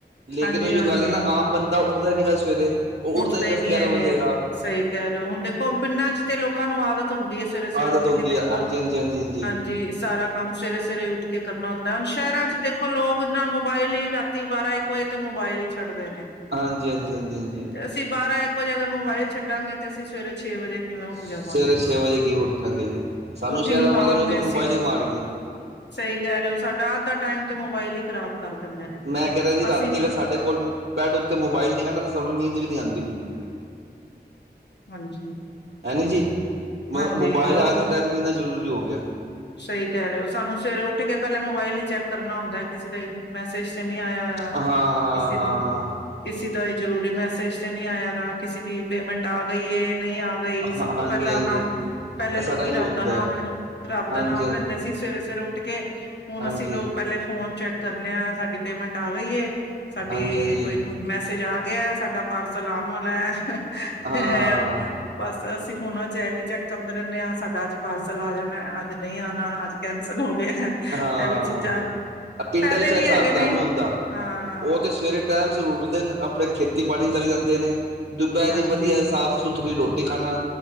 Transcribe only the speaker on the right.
ਲੇਕਿਨ
ਉਹ ਜੋ
ਗੱਲ ਹੈ ਨਾ ਆਮ ਬੰਦੇ ਤਦ ਉੱਠਦਾ ਹੀ ਨੀ ਗਾ ਸਵੇਰੇ ਉਹ ਉੱਠਦਾ
ਹੀ ਦਸ
ਗਿਆਰਾਂ
ਵਜੇਗਾ।
ਆਦਤ
ਹੁੰਦੀ
ਹੈ ਹਾਂਜੀ ਹਾਂਜੀ ਹਾਂਜੀ
ਹਾਂਜੀ
ਹਾਂਜੀ-ਹਾਂਜੀ-ਹਾਂਜੀ-ਹਾਂਜੀ
ਸਵੇਰੇ
ਛੇ ਵਜੇ ਕਿਵੇਂ ਉੱਠਾਂਗੇ ਜੀ ਸਾਨੂੰ
ਸ਼ਹਿਰਾਂ
ਵਾਲੇ
ਨੂੰ ਤਾਂ ਮੋਬਾਇਲ
ਹੀ ਮਾਰ ਗਏ
ਮੈਂ ਕੈ ਰਿ ਆ ਜੀ ਰਾਤੀ
ਅਗਰ ਸਾਡੇ ਕੋਲ ਬੈਡ ਉਤੇ ਮੋਬਾਈਲ ਨੀ ਹੈਗਾ ਨਾ ਸਾਨੂੰ ਨੀਂਦ ਵੀ ਨੀ ਆਂਦੀ ਬਿਲਕੁਲ ਵੀ।
ਹੈਨੀ ਜੀ ਮ
ਮੋਬਾਇਲ
ਅੱਜ ਦੇ ਟਾਈਮ ਇੰਨਾ ਜ਼ਰੂਰੀ ਹੋ ਗਿਆ।
ਹਾਂ ਹਾਂ
ਹਾਂ
ਹਾਂ ਹਾਂਜੀ
ਹਾਂਜੀ
ਸਾਡਾ ਹੀ
ਹੁੰਦਾ
ਹੈ
ਹਾਂਜੀ
ਹਾਂਜੀ
ਹਾਂਜੀ
ਹਾਂਜੀ ਹਾਂਜੀ
ਹਾਂ
ਹਾਂ
ਪਿੰਡਾਂ
'ਚ
ਹਿਸਾਬ
ਕਿਤਾਬ
ਨਹੀਂ ਹੁੰਦਾ
ਉਹ ਤੇ ਸਵੇਰੇ ਟਾਈਮ ਸ ਉਠਦੇ ਨੇ ਆਪਣੇ ਖੇਤੀਬਾੜੀ ਚੱਕ ਜਾਂਦੇ ਨੇ। ਦੁਪਹਿਰੀ
ਵਧੀਆ ਸਾਫ਼-ਸੁਥਰੀ ਰੋਟੀ ਖਾਣਾ,